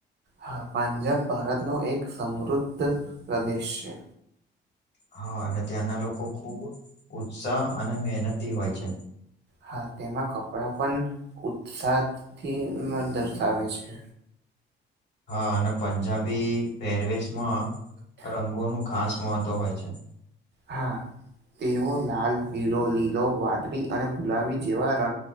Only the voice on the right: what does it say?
હા પંજાબ ભારતનો એક સમૃદ્ધ પ્રદેશ છે.
હા તેમાં કપડા પન ઉત્સાહથી ન દર્શાવે છે
હા તેઓ લાલ, પીળો, લીલો, વાદળી અને ગુલાબી જેવા ર